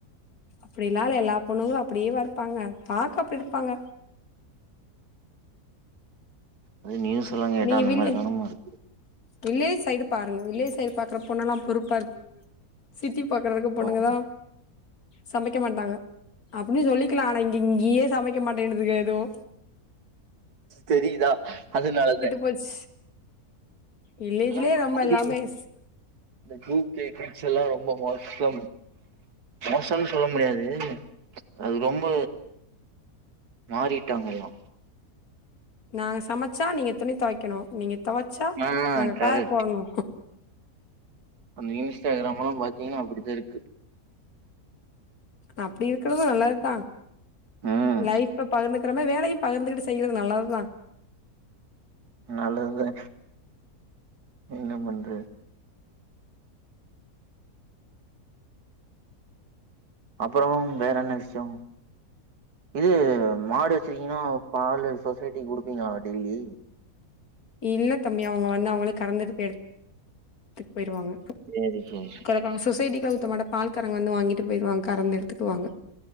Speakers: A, on the left (about 70°); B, on the right (about 80°).
A: அப்டிலா இல்ல எல்லா பொண்ணுங்களு அப்டியேவா இருப்பாங்க பாக்க அப்டி இருப்பாங்க
B: அது நியூஸ் எல்லா கேட்டா
A: நீங்க
B: அந்த
A: வில்லு
B: மாரி தான இருக்கு
A: வில்லேஜ் சைடு பாருங்க வில்லேஜ் சைடு பாக்ற பொண்ணுகல்லா பொறுப்பா இருப்பா சிட்டி பாக்குறதுக்கு பொண்ணுங்கதா
B: ஆமா.
A: சமைக்க மாட்டாங்க அப்டின் சொல்லிக்கிலா ஆனா இங் இங்கியே சமைக்க மாட்டேங்குதுங்க எதுவு
B: தெரிதா அதனாலதே
A: போச் வில்லேஜ்லே
B: எல்லாம் மாறி
A: ரொம்ப எல்லாமே எஸ்
B: இந்த டூ கே கிட்ஸ் எல்லா ரொம்ப மோசம் மோசோனு சொல்ல முடியாது அது ரொம்ப மாரிட்டாங்க எல்லா
A: நாங்க சமச்சா நீங்க துணி தொவைக்குணு நீங்க தொவச்சா
B: ஆ
A: நாங்க
B: கரெக்ட்
A: காய போடணு
B: அந்த இன்ஸ்டாகிராமெல்லா பாத்தீங்கன்னா அப்டிதா இருக்கு
A: அப்டி இருக்கிறது நல்லதுதா
B: ம்
A: லைஃப் பகிர்ந்துக்கிற வேலையு பகிர்ந்துகிட்டு செய்யிறது நல்லதுதா
B: ஆ நல்லதுதா என்ன பண்றது அப்றோ வேற என்ன விஷியோ இது மாடு வச்சீ த்னோ பாலு சொசைட்டிக்கு குடுப்பீங்ளா டெய்லி
A: இல்ல தம்பி அவுங்க வந்து அவுங்கள கறந்து எடுத்துத்து போயிடுவாங்க
B: சேரி சேரி
A: நா சொசைட்டிக்குலா ஊத்தமாட்ட பால் காரங்க வந்து வாங்கிட்டு போயிடுவாங்க கறந்த எடுத்துக்கு வாங்க